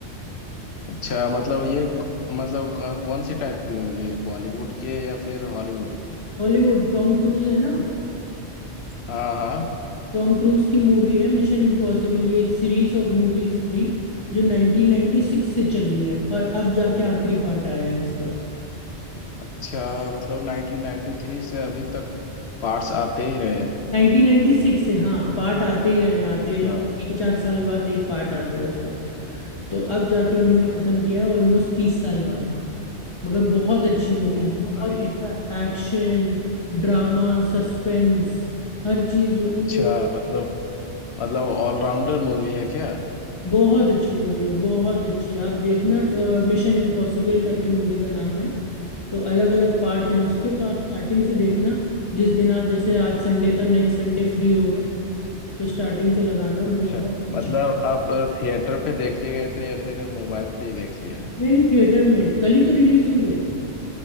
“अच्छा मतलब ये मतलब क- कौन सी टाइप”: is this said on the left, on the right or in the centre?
Left